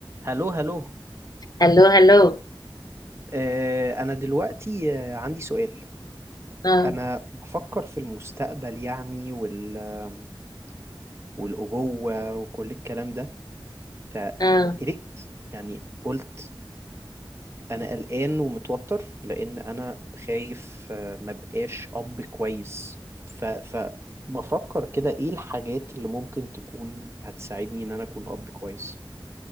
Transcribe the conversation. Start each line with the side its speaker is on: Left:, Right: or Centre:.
Right: هلو هلو
Left: هلو هلو
Right: آه، أنا دلوقتي آه، عندي سؤال
Left: اه
Right: أنا بفكر في المستقبل يعني وال آم، والأبوة وكل الكلام ده فقلقت
Left: اه
Right: يعني قلت أنا قلقان ومتوتر لأن أنا خايف آه، ما بقاش أب كويس ف... فبفكر كده إيه الحاجات اللي ممكن تكون هتساعدني إن أنا أكون أب كويس